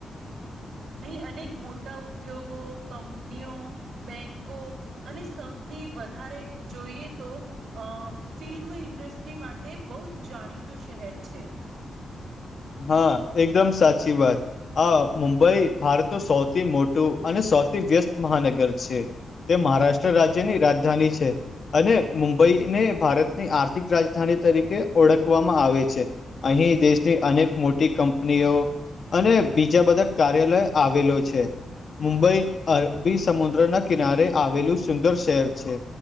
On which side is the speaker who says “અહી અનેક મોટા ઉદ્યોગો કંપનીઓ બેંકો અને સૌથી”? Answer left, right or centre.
Right